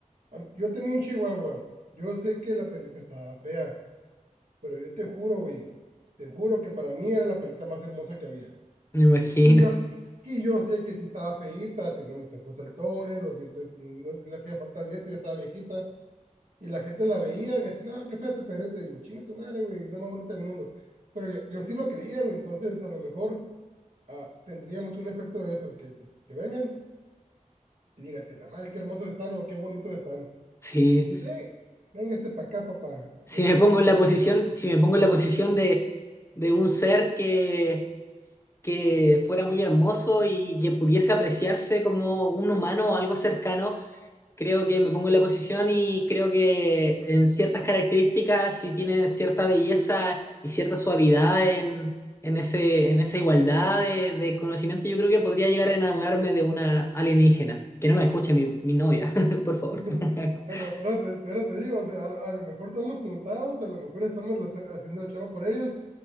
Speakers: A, on the right (about 75°); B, on the left (about 20°).
A: a mí- yo tenía un chihuahua, yo sé que la perrita estaba fea, pero yo te juro, güey, te juro que para mí era la perrita más hermosa que había.
B: Me imagino.
A: Y yo, y, y yo sé que si estaba feíta, tenía los ojos saltones, los dientes, no le hacía falta dientes, ya estaba viejita y la gente la veía y me decía, no, qué fea tu perrita. Y digo, chinga tu madre, güey, es la más bonita del mundo. Pero yo, yo sí lo creía, güey, entonces a lo mejor ah, tendríamos un efecto de eso, que, pues, que vengan y digan, "Sí, la madre, qué hermosos están o qué bonitos están.
B: Sí.
A: Y si, eh, véngase para acá, papá,
B: Si
A: yo, yo
B: me pongo
A: los cuido.
B: en la posición, si me pongo en la posición de, de un ser que, que fuera muy hermoso y que pudiese apreciarse como un humano o algo cercano, creo que me pongo en la posición y creo que en ciertas características, si tiene cierta belleza y cierta suavidad en, en, ese, en esa igualdad de, de conocimiento, yo creo que podría llegar a enamorarme de una alienígena. Que no me escuche mi, mi novia, <laughs> por favor.
A: <laughs>
B: <laughs>
A: No, Pero, pero te, pero te digo, o sea, a, lo- a lo mejor estamos montados, a lo mejor estamos la- haciendo la chava por ellos,